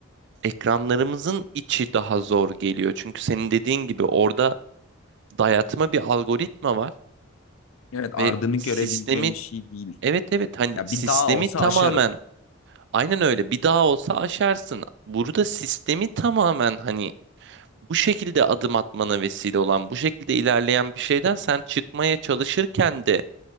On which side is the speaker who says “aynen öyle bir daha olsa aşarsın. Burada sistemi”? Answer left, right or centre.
Right